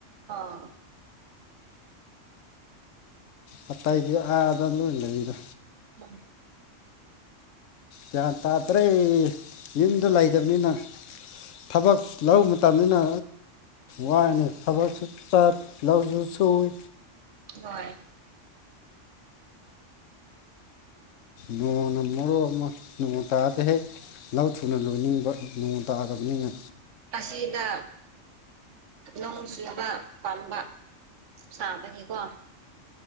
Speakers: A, on the right (about 70°); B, on the left (about 80°).
A: ꯑꯥ
B: ꯍꯥꯇꯥꯏꯗꯌꯥ ꯑꯗ ꯅ ꯂꯩꯗ
A: ꯑ
B: ꯒ꯭ꯌꯥꯟ ꯇꯥꯗ꯭ꯔꯦ ꯌꯨꯝꯗꯣ ꯂꯩꯇꯕꯅꯤꯅ ꯊꯕꯛ ꯂꯧꯕ ꯃꯇꯝꯅꯤꯅ ꯋꯥꯅ ꯊꯕꯛꯁꯨ ꯆꯠ ꯂꯧꯁꯨ ꯁꯨꯏ
A: ꯍ
B: ꯅꯣꯡꯅ ꯃꯔꯣꯛ ꯑꯃ ꯅꯣꯡ ꯇꯥꯗ ꯍꯦꯛ ꯂꯧ ꯊꯨꯅ ꯂꯣꯏꯅꯤꯡꯕ ꯅꯣꯡ ꯇꯥꯗꯕ ꯃꯅꯤꯅ
A: ꯑꯁꯤꯗ ꯅꯣꯡ ꯆꯨꯕ ꯄꯥꯟꯕꯥ ꯁꯥꯕꯅꯤꯀꯣ